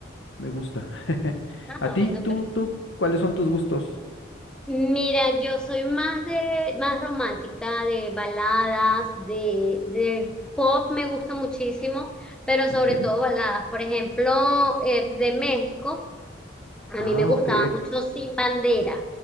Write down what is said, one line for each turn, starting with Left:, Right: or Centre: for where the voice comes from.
Left: me gusta. <laughs>
Centre: Ah,
Left: ¿A ti?
Centre: bueno,
Left: ¿Tú,
Centre: pero
Left: tú, cuáles son tus gustos?
Centre: mira, yo soy más de más romántica, de baladas, de, de pop me gusta muchísimo, pero sobre
Left: Ok.
Centre: todo baladas. Por ejemplo, eh, de México. A
Left: Ah,
Centre: mí me gustaba
Left: ok.
Centre: mucho Sin Banderas,